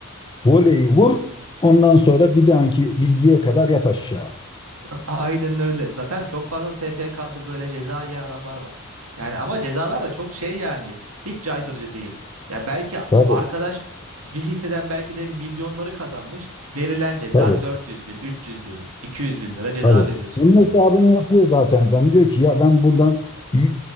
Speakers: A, on the left; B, on the right.
A: Voleyi vur ondan sonra bir dahaki bilgiye kadar yat aşağı.
B: A- Aynen öyle. Zaten çok fazla SPK'da böyle ceza yiyen adamlar var. Yani ama cezalar da çok şey yani. Hiç caydırıcı değil. Ya belki
A: Tabii.
B: arkadaş bir hisseden belki de milyonları kazanmış. Verilen ceza
A: Tabii,
B: 400 bin, 300 bin, 200 bin lira ceza
A: tabii.
B: veriyorsun
A: Onun
B: yani.
A: hesabını yapıyor zaten adam. Diyor ki ya ben buradan y-